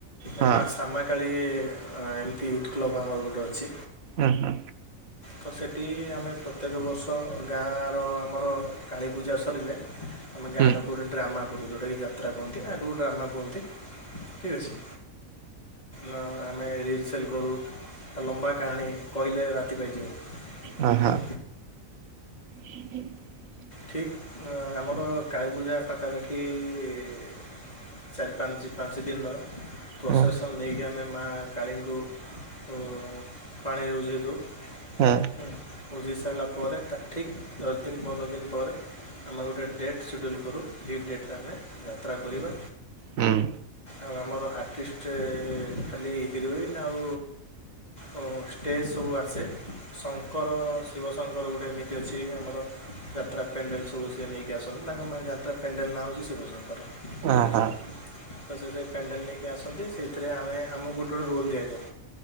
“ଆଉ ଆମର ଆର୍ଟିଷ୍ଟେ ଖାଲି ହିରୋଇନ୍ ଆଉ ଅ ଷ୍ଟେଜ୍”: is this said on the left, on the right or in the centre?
Left